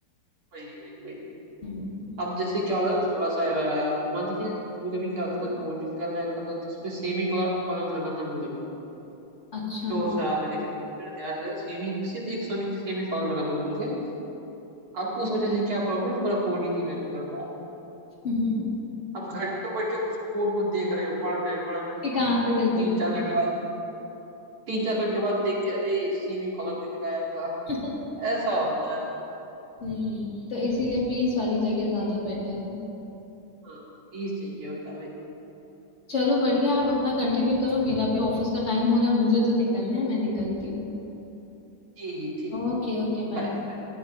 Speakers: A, on the right; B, on the left.
A: वही वही वही
B: हम्म
A: अब जैसे क्या होता है थोड़ा सा एरर आया मान लीजिए कभी कभी क्या होता है ना कोडिंग कर रहे कर रहे तो उसमें सेमी कॉलम लगाना भूल गए
B: अच्छा
A: शोर शराबे के चक्कर में मेरा ध्यान जो है सेमी सिर्फ एक सेमी सेमी कॉलम लगाना भूल गए अब उस वजह से क्या प्रॉब्लम है पूरा कोड ही नहीं रन कर रहा है
B: <laughs> कि
A: अब घंटों बैठ के हम उस कोड को देख रहे हैं पढ़ रहे हैं पढ़ रहे हैं
B: कहाँ
A: अब
B: पे गलती
A: तीन
B: कर दी
A: चार घंटे बाद तीन चार घंटे बाद देख के अरे सेमी कॉलम नहीं लगाया था
B: <laughs>
A: ऐसा होता है
B: हम्म तो इसीलिए पीस वाली जगह ज्यादा बेटर है
A: हाँ प्लीज चाहिए होता है भाई
B: चलो बढ़िया आप अपना कंटिन्यू करो मेरा भी ऑफिस का टाइम हो रहा है मुझे तो निकलना है मैं निकलती हूँ
A: जी जी ठीक
B: Okay
A: ठीक
B: okay bye
A: Bye bye.